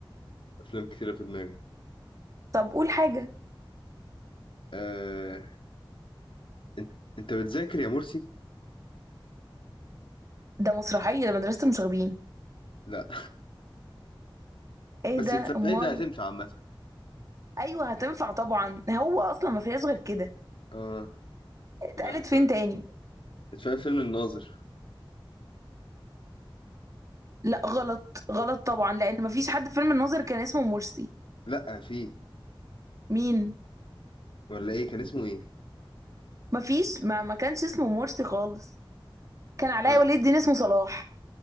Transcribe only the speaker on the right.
طب قول حاجة
ده مسرحية ده مدرسة المشاغبين
ايه
ده
امال
ايوه هتنفع طبعا هو اصلا ما فيهاش غير كده
اتقالت
فين تاني
لا غلط غلط طبعا لان ما فيش حد في فيلم الناظر كان اسمه مرسي
مين
ما فيش ما, ما كانش اسمه مرسي خالص كان علاء
ولي الدين اسمه صلاح